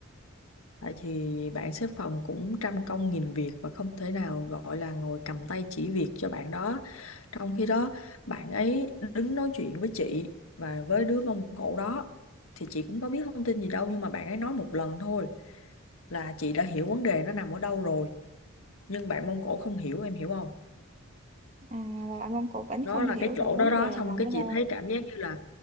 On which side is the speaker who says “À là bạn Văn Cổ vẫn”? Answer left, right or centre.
Right